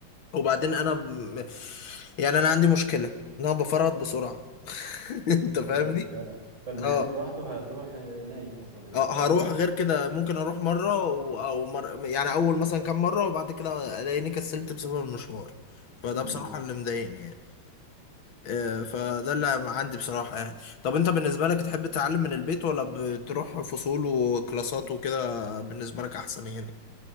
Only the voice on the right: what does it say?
إيه. <laughs> فعلاً. فالمشوار
لوحده هتروح آه، نايم اصلا هناك
<laughs>
امم